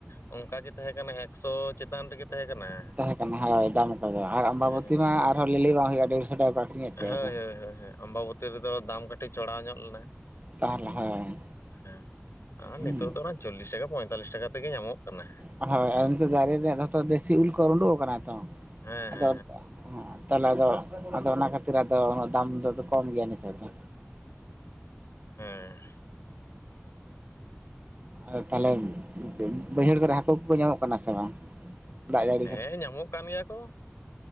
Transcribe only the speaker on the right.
ᱛᱟᱦᱮᱸ ᱠᱟᱱᱟ ᱦᱳᱭ ᱫᱟᱢᱠᱟ ᱜᱮ ᱟᱨ ᱟᱢᱵᱟᱵᱚᱛᱤ
ᱢᱟ ᱟᱨᱦᱚᱸ ᱞᱟᱹᱞᱟᱹᱭ ᱵᱟᱝ ᱦᱩᱭᱩᱜᱼᱟ ᱰᱮᱲᱥᱚ ᱴᱟᱠᱟ ᱟᱠᱷᱨᱤᱧᱮᱫ
ᱛᱟᱦᱮᱸ ᱠᱚ
ᱛᱟᱦᱚᱞᱮ ᱦᱳᱭ
ᱦᱩᱸ
ᱦᱳᱭ ᱟᱫᱚ ᱱᱤᱛᱚᱜ ᱫᱟᱨᱮ ᱨᱮᱭᱟᱜ ᱡᱷᱚᱛᱚ ᱫᱮᱥᱤ ᱩᱞ ᱠᱚ ᱚᱸᱰᱳᱜ ᱟᱠᱟᱱᱟ ᱛᱚ
ᱛᱟᱦᱚᱞᱮ ᱮᱸ ᱛᱟᱦᱚᱞᱮ ᱟᱫᱚ, ᱟᱫᱚ ᱚᱱᱟ ᱠᱷᱟᱹᱛᱤᱨ ᱟᱫᱚ ᱫᱟᱢ ᱫᱚ ᱟᱫᱚ ᱠᱚᱢ ᱜᱮᱭᱟ ᱱᱤᱛᱳᱜ ᱫᱚ᱾
ᱟᱨ ᱛᱟᱦᱞᱮ ᱵᱟᱹᱭᱦᱟᱹᱲ ᱠᱚᱨᱮ ᱦᱟᱹᱠᱩ ᱠᱚᱠᱚ ᱧᱟᱢᱚᱜ ᱠᱟᱱᱟ ᱥᱮ ᱵᱟᱝ? ᱫᱟᱜ ᱡᱟᱹᱲᱤ